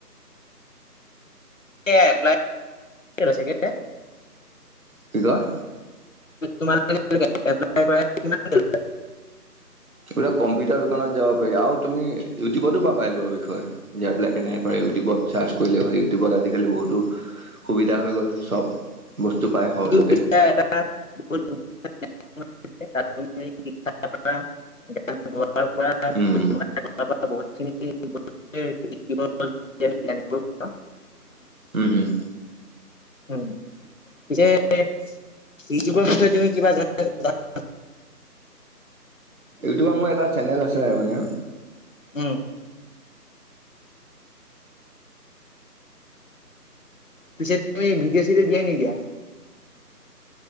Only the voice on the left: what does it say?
এ এপ্লাইছে কে
তোমাৰ মানে এপ্লাই কৰা কিমানকে লয়
এ বহুত শিক্ষান গ <unintelligible> ত
বহুতখিনি ব জানিব পাৰো
উম পিছে ইউটিউবৰ বিষয়ে তুমি কিবা জানা। <inaudible>
উম পিছে তুমি ভিডিঅ' চিডিঅ' দিয়া নিদিয়া